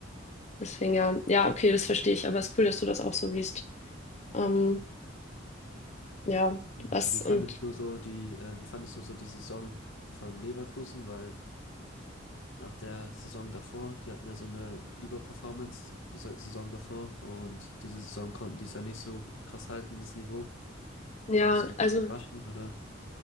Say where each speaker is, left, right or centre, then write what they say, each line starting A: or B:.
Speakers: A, on the left; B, on the left.
A: Deswegen, ja, ja, okay, das verstehe ich. Aber es ist cool, dass du das auch so siehst. Ähm, ja,
B: Wie
A: was und
B: fandest du so die, äh, wie fandest du so die Saison von Leverkusen? Weil nach der Saison davor, die hatten ja so eine Überperformance, diese Saison davor, und diese Saison konnten die es ja nicht so krass halten, das Niveau.
A: ja,
B: Fandest du das
A: also.
B: überraschend oder?